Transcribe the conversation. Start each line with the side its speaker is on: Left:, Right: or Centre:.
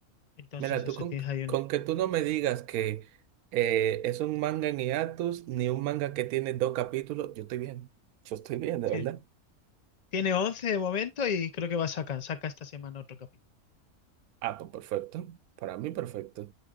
Left: Entonces
Right: Mira,
Left: eso,
Right: tú con,
Left: tienes ahí uno.
Right: con que tú no me digas que eh, es un manga en hiatus ni un manga que tiene dos capítulos, yo estoy bien. Yo estoy bien, de
Left: Sí.
Right: verdad.
Left: Tiene 11 de momento y creo que va a sacar, saca esta semana otro capítulo.
Right: Ah, pues perfecto. Para mí, perfecto.